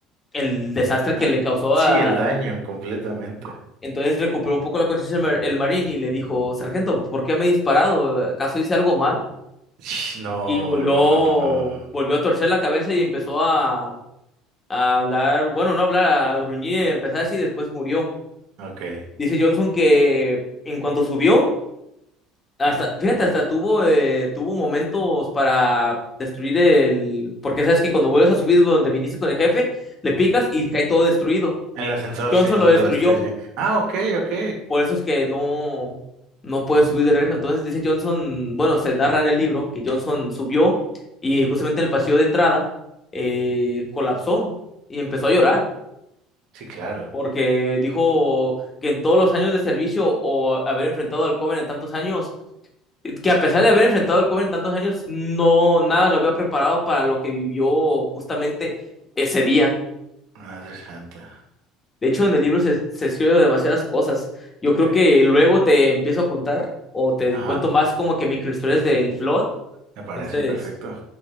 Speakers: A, on the left; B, on the right.
A: el desastre que
B: El-
A: le causó
B: sí,
A: a...
B: el daño completamente.
A: Entonces recuperó un poco la conciencia el, mar- el marín y le dijo, sargento, ¿por qué me he disparado? ¿Acaso hice algo mal?
B: Sh, No,
A: Y volvió,
B: no, no, no, no.
A: volvió a torcer la cabeza y empezó a, a hablar, bueno, no hablar, a gruñir, empezar así y después murió.
B: Ok.
A: Dice Johnson que en cuanto subió, hasta, fíjate, hasta tuvo, eh, tuvo momentos para destruir el, porque sabes que cuando vuelves a subir donde viniste con el jefe, le picas y cae todo destruido.
B: El ascensor,
A: Johnson
B: sí,
A: lo destruyó.
B: lo destruye. Ah, ok, ok.
A: Por eso es que no, no puede subir de regreso. Entonces dice Johnson, bueno, se narra en el libro que Johnson subió y justamente en el pasillo de entrada eh, colapsó y empezó a llorar
B: Sí, claro.
A: porque dijo que en todos los años de servicio o haber enfrentado al Coven en tantos años, que a pesar de haber enfrentado al Coven en tantos años, no nada lo había preparado para lo que vivió justamente ese día.
B: Madre santa,
A: De hecho, en el libro se, se escribe demasiadas cosas. Yo
B: tope.
A: creo que luego te empiezo a contar o te
B: Ajá,
A: cuento más como que microhistorias del Flood.
B: me parece
A: Entonces,
B: perfecto.